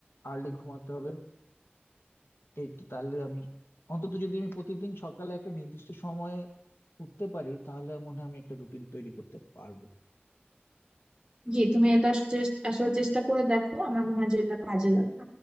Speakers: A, on the left; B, on the right.
A: আর্লি ঘুমাতে হবে এই তো তাহলে আমি অন্তত যদি আমি প্রতিদিন সকালে একটা নির্দিষ্ট সময়ে উঠতে পারি তাহলে মনে হয় আমি একটা রুটিন তৈরি করতে পারবো
B: জি তুমি এটা আসলে চেস- আসলে চেষ্টা করে দেখো আমার মনে হয় যে এটা কাজে লাগবে